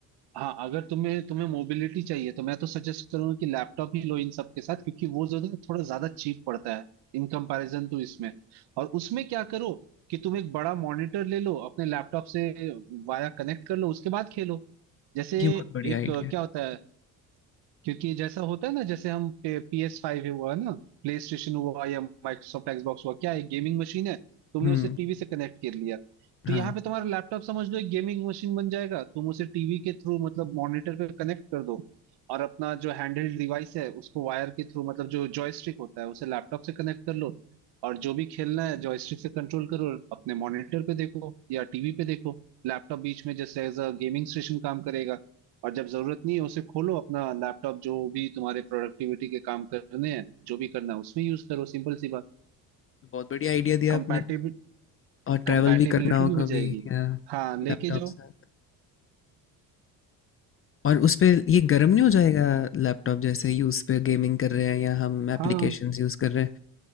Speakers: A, on the right; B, on the left.
A: हाँ अगर तुम्हें तुम्हें मोबिलिटी चाहिए तो मैं तो सजेस्ट करूंगा कि लैपटॉप ही लो इन सब के साथ क्योंकि वो जो है थोड़ा ज्यादा चीप पड़ता है इन कंपैरिजन टू इसमें और उसमें क्या करो कि तुम एक बड़ा मॉनिटर ले लो अपने लैपटॉप से वाया कनेक्ट कर लो उसके बाद खेलो जैसे
B: ये बहुत बढ़िया
A: एक
B: आइडिया
A: अ, क्या
B: है
A: होता है क्योंकि जैसा होता है ना जैसे हम पी एस फाइव हुआ ना प्ले स्टेशन हुआ या माइक्रोसॉफ्ट एक्सबॉक्स हुआ क्या है गेमिंग मशीन है तुमने
B: हम्म
A: उसे टीवी से कनेक्ट कर लिया
B: हाँ
A: तो यहाँ पे तुम्हारा लैपटॉप समझ लो एक गेमिंग मशीन बन जाएगा तुम उसे टीवी के थ्रू मतलब मॉनिटर पे कनेक्ट कर दो और अपना जो हैंडहेल्ड डिवाइस है उसको वायर के थ्रू मतलब जो जॉयस्टिक होता है उसे लैपटॉप से कनेक्ट कर लो और जो भी खेलना है जॉयस्टिक से कंट्रोल करो अपने मॉनिटर पे देखो या टीवी पे देखो लैपटॉप बीच में जैसे एज अ गेमिंग स्टेशन काम करेगा और जब जरूरत नहीं है उसे खोलो अपना लैपटॉप जो भी तुम्हारे प्रोडक्टिविटी के काम करने हैं जो भी करना है उसमें यूज करो सिंपल सी बात
B: बहुत बढ़िया आइडिया दिया
A: कंपैटिबिल
B: आपने और ट्रैवल
A: कंपैटिबिलिटी
B: भी करना हो
A: हो
B: कभी
A: जाएगी
B: या
A: हाँ लेके
B: लैपटॉप
A: जाओ
B: साथ और उस पे ये गर्म नहीं हो जाएगा लैपटॉप जैसे ही उस पे गेमिंग कर रहे हैं या हम एप्लीकेशंस
A: हाँ
B: यूज कर रहे हैं